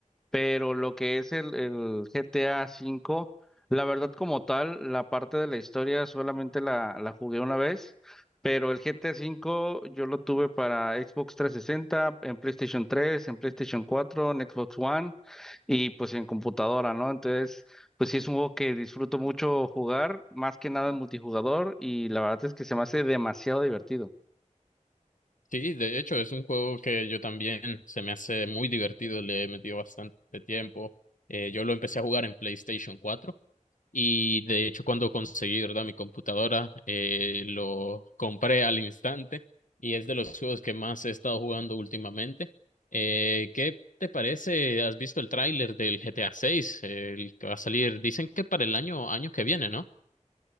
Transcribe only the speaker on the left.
Sí, de hecho, es un juego que yo también se me hace muy divertido, le he metido bastante tiempo. Eh, yo lo empecé a jugar en PlayStation 4 Y de hecho, cuando conseguí, ¿verdad? Mi computadora, eh, lo compré al instante y es de los juegos que más he estado jugando últimamente. Eh, ¿qué te parece? ¿Has visto el tráiler del GTA 6? El que va a salir, dicen que para el año, año que viene, ¿no?